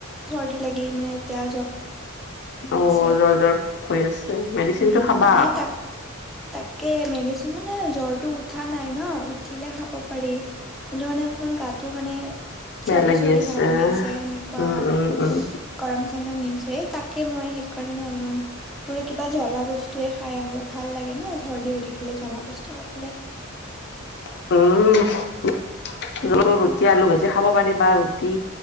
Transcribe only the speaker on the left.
অ',
জ্বৰ জ্বৰ হৈ আছে। মেডিচিনটো
খাবা
বেয়া
লাগি
আছে।
উম,
উম, উম,
<inaudible> উম' ৰুটি আলু ভাজি খাব পাৰি বা ৰুটি